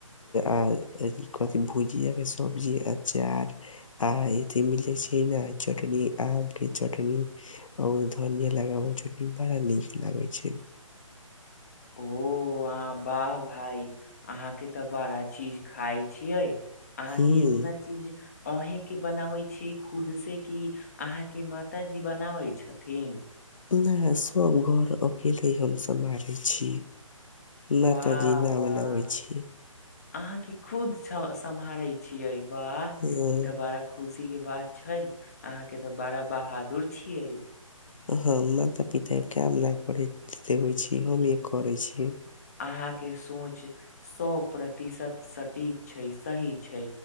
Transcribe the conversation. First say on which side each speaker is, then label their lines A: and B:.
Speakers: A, on the left; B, on the left.
A: आ कथिी भुजिया के सब्जी आ अचार आ एते मिले छै ने चटनी आम के चटनी ओ धनिया लगाबल चटनी बड़ा नीक लागै छै
B: ओ वाह वाह भाई अहााँ के तऽ बड़ा चीज खााय छियै अहाँके
A: हूं।
B: इतना चीज आहें के बनाबे छी खुद से की अहाँके मातााजी बनाबै छथिन
A: नई सब घर अकेले हम समहारे छीय मातााजी
B: वाह
A: ना
B: वाह
A: बनाबै छी
B: अहाँके खुद सम्हारे छियै वाह
A: अ,
B: ई त बारा खुशी के बात छै अहाँ के तऽ बड़ा बहादुर छियै
A: ह माता पिता काम ना करे देबे छी हमही करे छियै
B: अहााँ के सोच सौ प्रतिशत सटीक छै सही छै